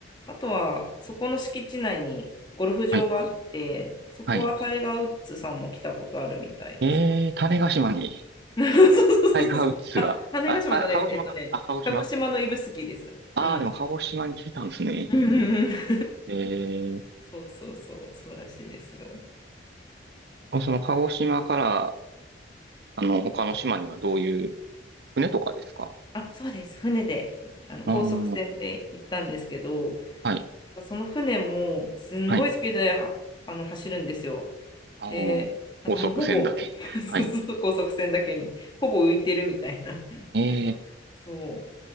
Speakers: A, on the left (about 25°); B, on the right (about 60°).
A: あとはそこの敷地内にゴルフ場があって、
B: はい。
A: そこはタイガー・
B: はい。
A: ウッズさんも来たことあるみたいです。
B: えー、種子島に
A: <laughs> そうそうそうそう。
B: タイガー・ウッズが、
A: あ、種子島じゃないです。
B: あ、あ、鹿児島か。
A: えっとね、
B: あ、鹿児島。
A: 鹿児島の指宿です。
B: ああ、
A: うん。
B: でも鹿児島に来てたんですね。
A: <laughs> うんうんうん <laughs>
B: え
A: そうそうそう、そうらしいですよ。
B: ー、その鹿児島から、あの、他の島にはどういう、船とかですか
A: あ、そうです。船で、あの高速船で行ったんですけど、
B: うーん、はい。
A: その船もすんごいスピードではあの走るんですよ。
B: はい。あの、
A: で、なんかもうほぼ
B: 高速船だけ。
A: <laughs>
B: はい。
A: そうそう高速船だけに、ほぼ浮いてるみたいな。
B: えー
A: <laughs> そ